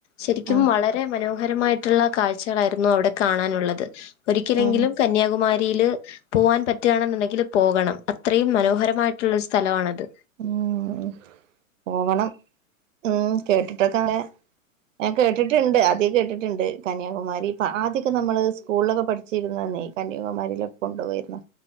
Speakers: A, on the left; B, on the right.
A: ശരിക്കും
B: ആ ആ
A: വളരെ മനോഹരമായിട്ടുള്ള കാഴ്ചകളായിരുന്നു അവിടെ കാണാനുള്ളത് ഒരിക്കലെങ്കിലും
B: ആ
A: കന്യാകുമാ രിയില്‌ പോവാൻ പറ്റുകയാണെന്നുണ്ടെങ്കിൽ പോകണം അത്രയും മനോഹരമായിട്ടുള്ള ഒരു സ്ഥലമാണത്
B: ഉം പോകണം ഉം കേട്ടിട്ടൊക്കെ അങ്ങനെ ഞാൻ കേട്ടിട്ടുണ്ട് ആദ്യം കേട്ടിട്ടുണ്ട് കന്യാകമാരി ഇപ്പ ആദ്യൊക്കെ നമ്മള് സ്കൂളിലൊക്കെ പഠി ച്ചിരുന്ന അന്നെ കന്യാകുമാരിലൊക്കെ കൊണ്ടു പോയിരുന്നു